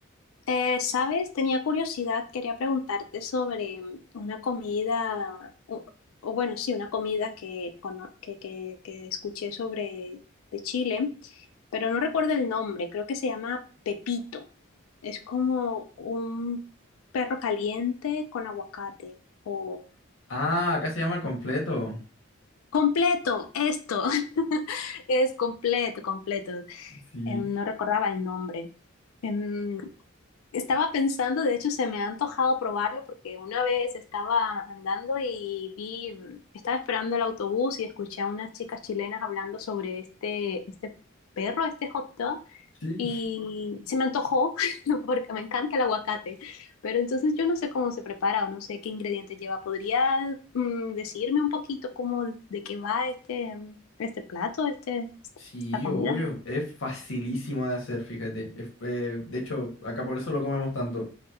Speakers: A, on the left (about 85°); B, on the left (about 70°).
A: Eh, ¿sabes? Tenía curiosidad, quería preguntarte sobre mm, una comida, o, o bueno, sí, una comida que, cono- que, que, que escuché sobre de Chile, pero no recuerdo el nombre, creo que se llama Pepito. Es como un perro caliente con aguacate o
B: Ah, acá se llama completo.
A: completo, esto <laughs> es completo, completo.
B: Sí,
A: Em, no recordaba el nombre. Em, Estaba pensando, de hecho se me ha antojado probarlo porque una vez estaba andando y vi, mm, estaba esperando el autobús y escuché a unas chicas chilenas hablando sobre este, este perro, este hot dog,
B: sí,
A: y se me antojó <laughs> porque me encanta el aguacate, pero entonces yo no sé cómo se prepara o no sé qué ingredientes lleva. ¿Podría mm, decirme un poquito cómo de qué va este, mm, este plato, este,
B: sí,
A: esta comida?
B: obvio. Es facilísimo de hacer, fíjate. Es, eh, de hecho, acá por eso lo comemos tanto.